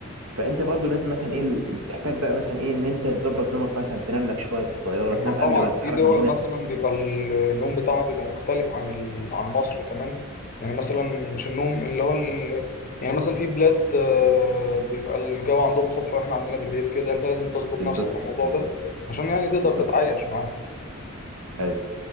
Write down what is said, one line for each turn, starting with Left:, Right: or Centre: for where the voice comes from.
Right: فانت برضه لازم مثلا ايه ال- تحتاج بقى مثلا ايه ان انت تظبط نومك مثلا تنام لك شوية في الطيارة
Left: ما
Right: تنام
Left: طبعا
Right: قبل ما تتحرك
Left: في دول
Right: من هنا
Left: مثلا بيبقى ال- النوم بتاعها بيبقى مختلف عن ال... عن مصر كمان يعني مثلا
Right: مم.
Left: مش النوم اللي هو ال... يعني مثلا في بلاد آه، بيبقى الجو عندهم صبح واحنا عندنا بالليل كده انت لازم تظبط
Right: بالظبط
Left: نفسك على الموضوع
Right: بالظبط
Left: ده عشان يعني تقدر
Right: بالظبط
Left: تتعايش معاه
Right: ايوه